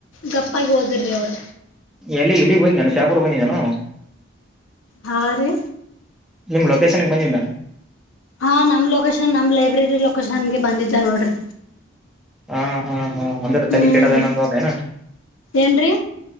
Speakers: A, on the left; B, in the centre.
A: ಗಪ್ಪಾಗಿ ಓದಿರಿ ಅವರು
B: ಎಲ್ಲಿ ಇಲ್ಲಿಗ್ ಬಂದ ನಾನು ಸಾಪೂರ್ ಬಂದಿದ್ದಾನು
A: ಹಾ ರ
B: ನಿಮ್ ಲೊಕೇಶನ್ಗೆ ಬಂಧಿಧ್ನ
A: ಹಾ ನಮ್ ಲೊಕೇಶನ್ ನಮ್ ಲೈಬ್ರರಿ ಲೊಕೇಶನ್ಗೆ ಬಂದಿದ್ದ ನೋಡ್ರಿ
B: ಹಾ ಹಾ ಹಾ ಒಂದ್ರೆ
A: ಹ್ಮ್
B: ತಲ ಕೆೆಟ್ಟದ ಏನಂದ ಒ ಏನ
A: ಏನ್ರೀ